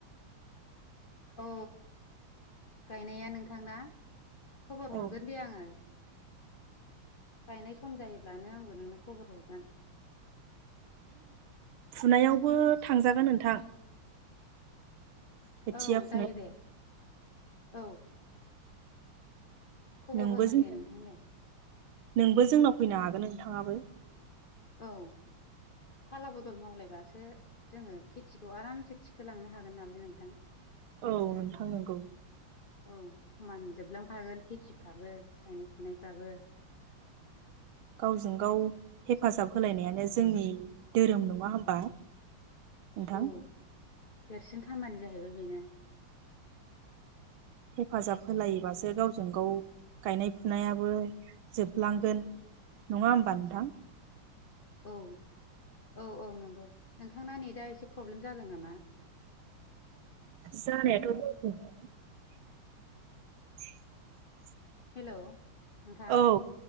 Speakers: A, on the left; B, on the right.
A: औ गायनाया नोंथां ना? खबर
B: औ
A: हरगोन दे आङो गायनाय सम जायोब्लानो आंबो नोंनो खबर हरगोन
B: फुनायावबो थांजागोन नोंथां <inaudible> खोथिया
A: औ
B: फुनो
A: जायो दे औ खबर
B: नोंबो
A: होगोन
B: जों
A: दे नोंथां दे
B: नोंबो जोंनाव फैनो हागोन नोंथाङाबो
A: औ फाला बदल मावलायबासो जोङो खेथिखौ आरामसे थिखोलांनो हागोन नालाय नोंथां
B: औ नोंथां नंगौ
A: औ समान जोबलांफागोन खेथिफ्राबो गायनाय फुनायफ्राबो
B: गावजों गाव हेफाजाब होलायनायानो जोंनि धोरोम नङा होमबा नोंथां
A: औ देरसिन खामानि जाहैबाय बेनो
B: हेफाजाब होलायोबासो गावजों गाव गायनाय फुनायाबो जोबलांगोन नङा होमबा नोंथां
A: औ औ औ नंगौ नोंथांना नेदा एसे प्रब्लेम जादों नामा?
B: जानायाथ' <inaudible> <inaudible>
A: हेलौ नोंथां
B: औ